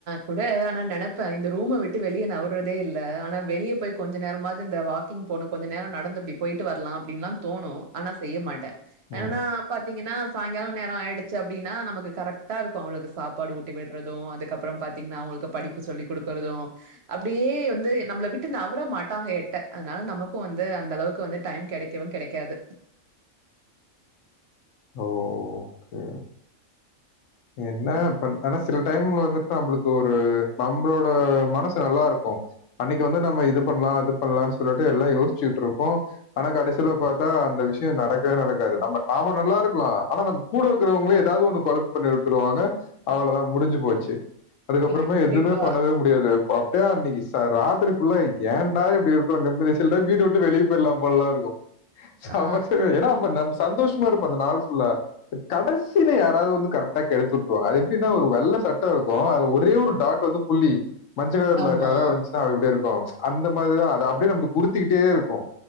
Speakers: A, on the right; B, on the left.
A: கூட ஆனா நெனப்பே இந்த ரூம விட்டு வெளியே நவ்றதே இல்ல ஆனா வெளியே போயி கொஞ்ச நேரமாவது இந்த வாக்கிங் போணு கொஞ்ச நேர நடந்து இப்டி போயிட்டு வர்லா அப்டின்ல்லா தோணு ஆனா செய்ய மாட்ட என்னன்னாப்
B: ம்.
A: பாத்தீங்கனா சாயங்காலோ நேரோ ஆயிடுச்சு அப்டினா நமக்கு கரெக்டா இருக்கு அவுளுக் சாப்பாடு ஊட்டி விட் றது அதுக்கப்புறோ பாத்தீங்கனா அவுகுளுக்கு படிப்பு சொல்லி குடுக்குறதூ அப்டியே வந்து நம்மள விட்டு நவர மாட்டாங்க எட்ட அத்னால நமக்கு வந்து அந்த அளவுக்கு வந்து டைம் கெடைக்கவு கெடைக்காது
B: ஓக்கே என்னப்பன்
A: ம்.
B: ஆனா சில டைம்ல வந்துட் நம்மளுக்கு ஒரு நம்மளோட மனசு நல்லா இருக்கு அன்னிக்கு வந்து நம்ம இது பண்ணலா இது பண்ணலான் சொல்லிட்டு எல்லா யோசிச்சுட்டு இருப்போ ஆனா கடைசியில பாத்தா அந்த விஷயோ நடக்கவே நடக்காது நம்ம நாம நல்லா இருக்கலா ஆனா நம் கூட இருக்கிறவங்களே ஏதாவது ஒண்ணு கொழப் பண்ணி விட்டுருவாங்க அவள்தா முடிஞ்சி போச்சி அதுக்கப்புறமா
A: கண்டிப்பா.
B: எதுவுமே பண்ணவே மு டியாது ப்ப அப்டியே அன்னிக்கி செர ராத்திரி புல்லா ஏண்டா இப்டி இருக்குன்னு நிம் சில்டைம் வீட்ட விட்டு வெளி போயிர்லாம் போலலா இருக்கும் <unintelligible>
A: ஆ
B: ஏன்னா அப்ப நம் சந்தோஷ் மா இருப்போ அந்த நாள் ஃபுல்லா கடைசில யாராவது வந்து கரெட் ட்டா கெடுத்துட்டுருவாங்க அது எப்டின்னா ஒரு வெள்ள சட்ட இருக்கு அதுல ஒரே ஒரு டாட் வந்து புள்ளி மஞ்ச கலர்ல
A: ஆமா.
B: கர வந்துச்சுன்னா அது எப்டி இருக்கு அந்த மாரிதா அது அப்டியே நமக்கு உறுத்திக்கிட்டே இருக்கு